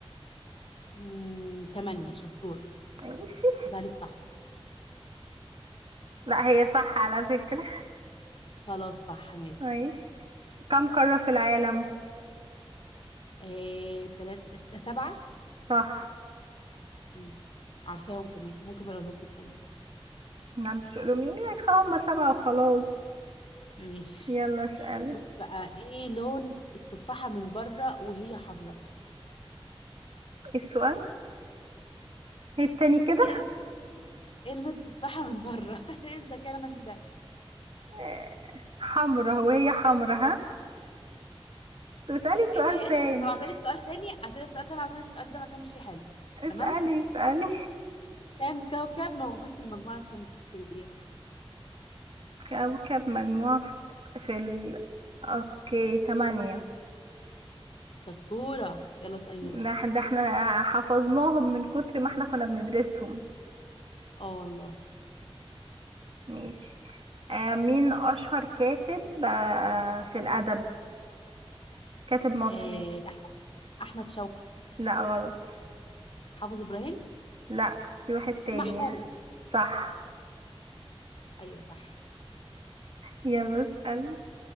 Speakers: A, on the left (about 60°); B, on the right (about 60°).
A: امم تمانية شطورة
B: ماشي
A: احسبها لك صح
B: لا هي صح على فكرة
A: خلاص صح ماشي
B: ماشي كم قارة في العالم
A: آه تلات س- سبعة
B: صح
A: مم. عارفاهم كمان ممكن بقى اقولهم لك كمان
B: لا مش تقولوا لي هم سبعة وخلاص
A: ماشي
B: يلا اسألي
A: بصي بقى ايه لون التفاحة من بره وهي حمراء
B: السؤال التاني كده
A: ايه لون- ايه لون التفاحة من بره <laughs> ايه الذكاء اللي انا فيه ده
B: آه، حمرا وهي حمرا ها اسألي سؤال
A: ايه
B: تاني
A: اسم طب هسألك سؤال تاني هسألك سؤال تاني عشان السؤال ده ما كانش حلو
B: اسألي
A: تمام
B: اسألي
A: كام كوكب موجود في المجموعة الشمسية
B: كوكب مجموعة في في ال... اوكي تمانية
A: شطورة يلا اسأليني
B: ده
A: بقى
B: إح- ده احنا حفظناهم من كتر ما احنا كنا بندرسهم
A: اه والله
B: ماشي آه مين أشهر كاتب آه في الأدب كاتب مصري
A: آه، أحمد أحمد شوقي
B: لا غلط
A: حافظ إبراهيم
B: لا في واحد
A: أكيد
B: تاني
A: محفوظ
B: صح
A: أيوة صح
B: يلا اسأل